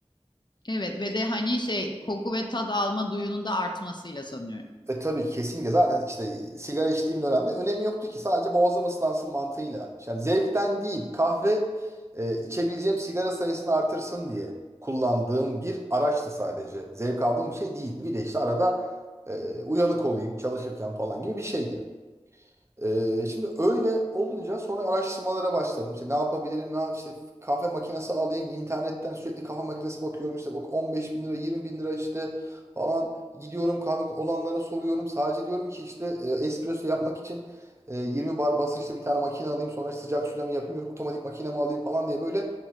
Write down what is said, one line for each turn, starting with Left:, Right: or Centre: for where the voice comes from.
Left: Evet ve de hani şey koku ve tad alma duyunun da artmasıyla sanıyorum.
Right: E tabii kesinlikle zaten işte sigara içtiğim dönemde önemi yoktu ki sadece boğazım ıslansın mantığıyla. Yani zevkten değil kahve e, içebileceğim sigara sayısını artırsın diye kullandığım bir araçtı sadece. Zevk aldığım bir şey değildi. Bir de işte arada e, uyanık olayım çalışırken falan gibi bir şeydi. Ee, şimdi öyle olunca sonra araştırmalara başladım. İşte ne yapabilirim, ne yap- işte kahve makinesi alayım, internetten sürekli kahve makinesi bakıyorum. İşte bak 15 bin lira, 20 bin lira işte falan gidiyorum kahve olanlara soruyorum. Sadece diyorum ki işte e, espresso yapmak için e, 20 bar basınçlı bir tane makine alayım. Sonra işte sıcak suyla mı yapayım, yok otomatik makine mi alayım falan diye böyle